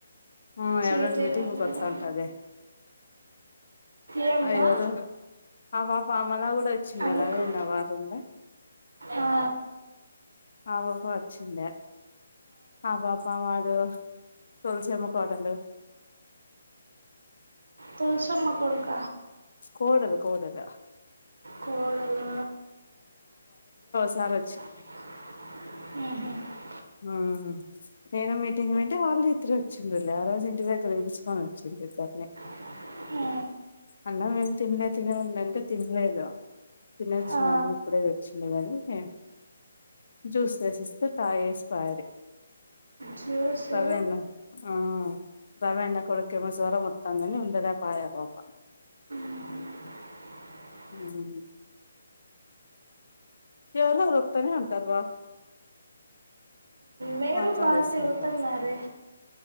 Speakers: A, on the left (about 60°); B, on the right (about 80°).
A: ఉమ్
B: చీటిలోడ
A: ఎవడన్నా మీటింగ్కి వస్తాంటది
B: కా ఏమ్మా
A: ఆ ఎవరు ఆ పాప ఆమలా కూడా వచ్చిండే
B: అమకు
A: రవేణ వారండే
B: ఆ
A: అవ కో వచ్చంట ఆ పాాపా వాడు తోలసమ్మ కోటలు
B: తలుసమ్మ కొడుక
A: కోడలు కోడలా
B: కోడల
A: సారా
B: అ
A: ఆ నేను మీటింగ్ వింటే వాళ్ళు ఇద్దర వచ్చిండి ఆ రోజు ఇంటి దగ్గర పలుచుకొని వచ్చి నే
B: హ
A: అన్నమేం తిన్లే తినే ఉంంటే తిన్లేదు తినొచ్చినాము
B: ఆ
A: ఇప్పుడే వచ్చింది కాని జ్యూస్ వేసిస్తే తాగి వేస్త పా
B: జ్యూసు
A: సరే అన్న ఆ రవన్నా కొడుక్కి జ్వరం మొత్తందని ఉండక పాయే పాప
B: అ
A: మ్మ్ హ్హ్ ఎవరెవరో వత్తనే ఉంటరు గా
B: మీరు
A: మాట్లాడేస్తుంటారు
B: బాగా తిరుగుతున్నారే